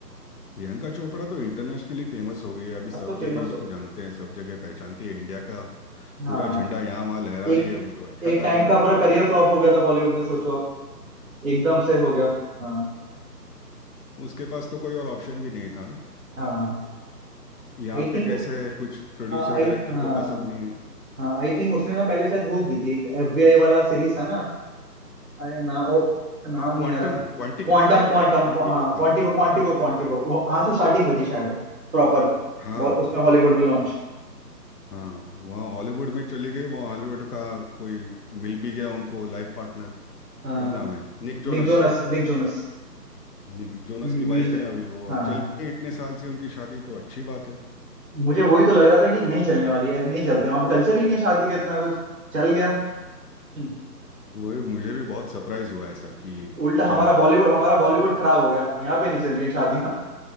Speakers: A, on the left; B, on the right.
A: प्रियंका चोपड़ा तो इंटरनेशनली फेमस हो गई है अभी सब
B: अब तो
A: जगह
B: फेमस
A: उसको
B: हो गए
A: जानते हैं सब जगह पहचानती है इंडिया का पूरा
B: हाँ
A: झंडा यहाँ वहाँ लहरा
B: एक
A: रही है वो तो अच्छा
B: एक
A: कर
B: टाइम
A: रही है
B: था पूरा करियर फ्लॉप हो गया था बॉलीवुड में सोचो आप एकदम से हो गया हाँ
A: उसके पास तो कोई और ऑप्शन भी नहीं था ना
B: हाँ
A: यहाँ
B: आई थिंक
A: पे कैसे कुछ प्रोड्यूसर
B: आई
A: डायरेक्टर
B: हाँ
A: को पसंद नहीं है
B: हाँ आई थिंक उसने ना पहले शायद वो की थी एक एफबीआई वाला सीरीज था ना अरे ना ओ नाम
A: हाँ
B: नहीं
A: क्वांटम
B: आ रहा
A: क्वांटिक
B: क्वांटम
A: क्वांटिको
B: क्वांटम
A: क्वांटिको
B: हाँ
A: था
B: क्वांटिको क्वांटिको
A: क्वांटिको
B: क्वांटिको
A: था
B: वो हाँ से स्टार्टिंग हुई थी शायद प्रॉपर
A: हाँ
B: उसमें हॉलीवुड में लॉन्च
A: हाँ वहाँ हॉलीवुड में चले गए वहाँ हॉलीवुड का कोई मिल भी गया उनको लाइफ पार्टनर
B: हाँ
A: क्या नाम है निक जोनस
B: Nick Jonas Nick Jonas
A: निक जोनस
B: museum
A: की वाइफ है अभी वो और
B: हाँ
A: चल भी रही है इतने साल से उनकी शादी तो अच्छी बात है
B: मुझे वही तो लग रहा था कि नहीं चलने वाली है नहीं चलते वहां पे कल्चर ही नहीं है शादी का इतना कुछ चल गया हम्म,
A: वो भी- मुझे भी बहुत सरप्राइज हुआ ऐसा कि
B: उल्टा
A: चलो
B: हमारा बॉलीवुड हमारा बॉलीवुड खराब हो गया यहाँ पे नहीं चल रही है शादियाँ